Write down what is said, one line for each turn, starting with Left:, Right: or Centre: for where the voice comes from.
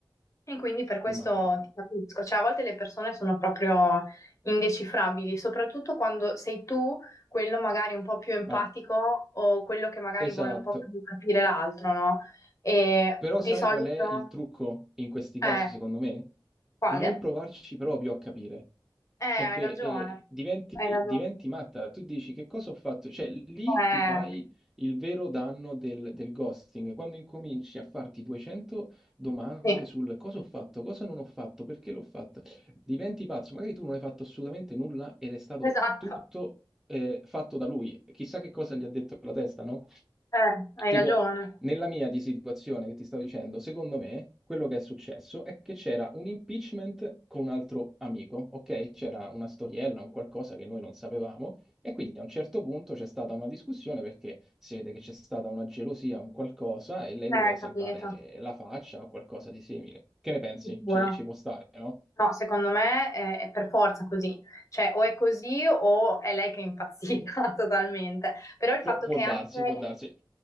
Left: E quindi per questo
Centre: Ma,
Left: ti capisco, cioè a volte le persone sono proprio indecifrabili, soprattutto quando sei tu quello magari un po' più empatico
Centre: ma
Left: o quello che magari
Centre: esatto.
Left: vuole un po' più capire l'altro, no? E
Centre: Però
Left: di
Centre: sai
Left: solito,
Centre: qual è il trucco in questi
Left: eh,
Centre: casi, secondo me?
Left: quale?
Centre: Non provarci proprio a capire,
Left: Eh,
Centre: perché
Left: hai ragione,
Centre: eh, diventi,
Left: hai ragione.
Centre: diventi matta. Tu dici che cosa ho fatto? Cioè, lì
Left: Eh,
Centre: ti fai il vero danno del, del ghosting, quando incominci a farti 200 domande
Left: sì,
Centre: sul cosa ho fatto, cosa non ho fatto, perché l'ho fatto. Diventi pazzo, magari tu non hai fatto assolutamente nulla ed è stato
Left: esatto,
Centre: tutto eh, fatto da lui. Chissà che cosa gli ha detto la testa, no?
Left: eh, hai
Centre: Tipo,
Left: ragione.
Centre: nella mia di situazione che ti stavo dicendo, secondo me quello che è successo è che c'era un impeachment con un altro amico, ok? C'era una storiella, un qualcosa che noi non sapevamo e quindi a un certo punto c'è stata una discussione perché si vede che c'è stata una gelosia, un qualcosa e lei doveva
Left: Eh,
Centre: salvare
Left: capito,
Centre: la faccia o qualcosa di simile. Che ne pensi?
Left: sicuro.
Centre: Ci, ci può stare, no?
Left: No, secondo me è, è per forza così, cioè o è così o è lei che è impazzita <laughs> totalmente, però il
Centre: Pu-
Left: fatto
Centre: può
Left: che
Centre: darsi,
Left: anche,
Centre: può darsi.